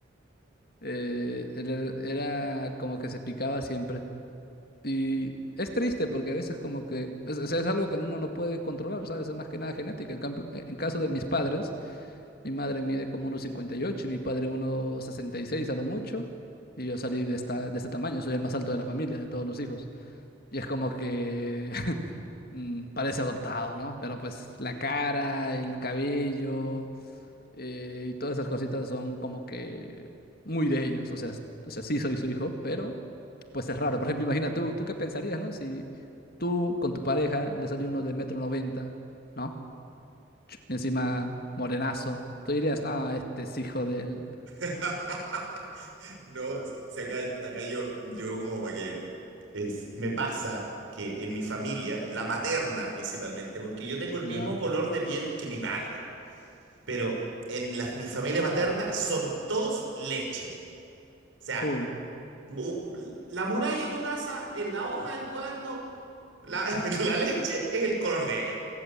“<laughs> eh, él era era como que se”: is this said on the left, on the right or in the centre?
Left